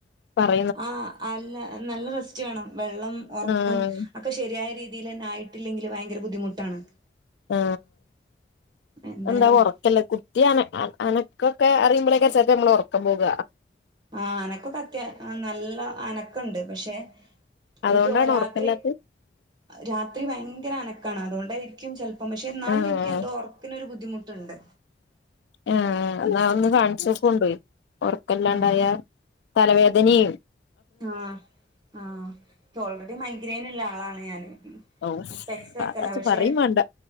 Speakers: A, on the left; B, on the right.
A: പറി
B: ആഹ് അല്ല നല്ല റെസ്റ്റ് വേണം വെള്ളം ഉറക്കം
A: ആഹ്
B: ഒക്കെ ശരിയായ രീതിയിൽ ന്നെ ആയിട്ടില്ലെങ്കിൽ ക് ഭയങ്കര ബുദ്ധിമുട്ടാണ്
A: ആ
B: എന്തായാലും
A: എന്താ ഉറക്കല്ല കുട്ടിണ് അ അനാ ക്കൊക്കെ അറിയുമ്പോളെക്കെച്ചേപ്പൊ നമ്മള് ഉറക്കം പോക
B: ആ അനക്കകൊ അത്യ ആ നല്ല അനക്കണ്ട് പക്ഷെ
A: അതുകൊണ്ടാണ്
B: എനിക്ക് ഒ രാത്രി
A: ഉറക്കല്ലാത്ത
B: രാത്രി ഭയങ്കര അനക്കാണ് അതുകൊണ്ടായി ക്യും ചെൽപ്പം പക്ഷെ എന്നാലും
A: ആഹ്
B: എനിക്ക് എന്തോ ഉറക്നൊരു ബുദ്ധിമുട്ടുണ്ട്
A: ആഹ് എന്നാ ഒന്ന് കാണിചോകൊണ്ട് ഉറക്കല്ലാണ്ടായാ
B: ആഹ്
A: തലവേദനിം
B: ആ ആ പ്പ ഓൾറെഡി മൈഗ്രൈയിൻ ള്ള ആളാണ് ഞാന് ഉം
A: ഔ
B: അ സ്പെക്സ് വെക്കലാ
A: കാക്കാച്ചി
B: പശെ
A: പറയും വേണ്ട